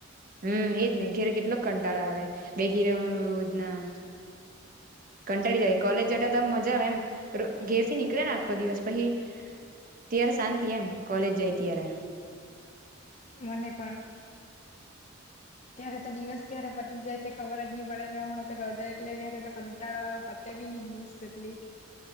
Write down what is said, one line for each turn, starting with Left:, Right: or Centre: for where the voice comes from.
Right: હમ એજ નહ ઘેરે કેટલોક કંટાળા આવે બેહી રવાનું રોજ ના કંટાળી જાય કોલેજ જતા ત મજા આવે એમ ઘેર થી નીકળે ને આખો દિવસ પછી ત્યારે શાંતિ એમ કોલેજ જાય ત્યારે
Left: મને પણ ત્યારે તો દિવસ ક્યારે પતી જાય તે ખબર જ નહી પડે ને હણા તો રજા એટલે ક્યારે તો કંટાળો પતેી બની દિવસલે